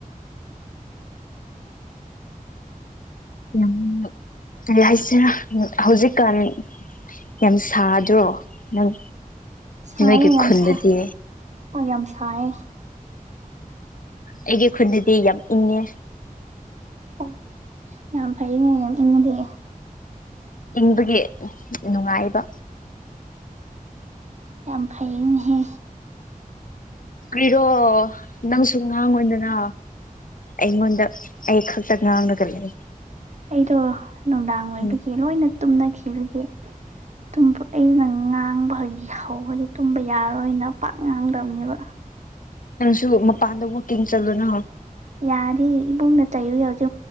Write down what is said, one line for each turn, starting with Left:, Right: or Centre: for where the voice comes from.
Left: ꯎꯝ ꯎ ꯀꯔꯤ ꯍꯥꯏꯁꯤꯔꯥ ꯍꯧꯖꯤꯛꯀꯥꯟ ꯌꯥꯝ ꯁꯥꯗ꯭ꯔꯣ ꯅꯪ
Right: ꯁꯥꯏꯌꯦ
Left: ꯅꯣꯏꯒꯤ
Right: ꯌꯥꯝ
Left: ꯈꯨꯟꯗꯗꯤ
Right: ꯁꯥ ꯍ ꯌꯥꯝ ꯁꯥꯏꯌꯦ
Left: ꯑꯩꯒꯤ ꯈꯨꯟꯗꯗꯤ ꯌꯥꯝ ꯏꯪꯉꯦ
Right: ꯑꯣ ꯌꯥꯝ ꯐꯩꯅꯦ ꯌꯥꯝ ꯏꯉꯗꯤ
Left: ꯏꯪꯕꯒꯤ ꯅꯨꯡꯉꯥꯏꯕ
Right: ꯌꯥꯝ ꯐꯩꯅꯦꯍ
Left: ꯀꯔꯤꯔꯣ ꯅꯪꯁꯨ ꯉꯥꯡꯉꯣꯏꯗꯅ ꯑꯩꯉꯣꯟꯗ ꯑꯩ ꯉꯥꯡꯅꯒ ꯂꯩ
Right: ꯑꯩꯗꯣ ꯅꯨꯡꯗꯥꯡ ꯑꯣꯏꯕꯒꯤ
Left: ꯎꯝ
Right: ꯂꯣꯏꯅ ꯇꯨꯝꯅꯈꯤꯕꯒꯤ ꯑꯗꯨꯨꯝ ꯑꯩꯩꯅ ꯉꯥꯡꯕ ꯑꯩꯒꯤ ꯍꯧꯕꯗꯤ ꯇꯨꯝꯕ ꯌꯥꯔꯣꯏꯅ ꯄꯥꯛ ꯉꯥꯡꯗꯕꯅꯦꯕ
Left: ꯅꯪꯁꯨ ꯃꯄꯥꯟꯗ ꯑꯃꯨꯛ ꯇꯤꯡ ꯆꯠꯂꯨꯅ
Right: ꯌꯥꯔꯤ ꯏꯃꯨꯡꯗ ꯇꯥꯏꯌꯨ ꯌꯥꯎꯗꯦ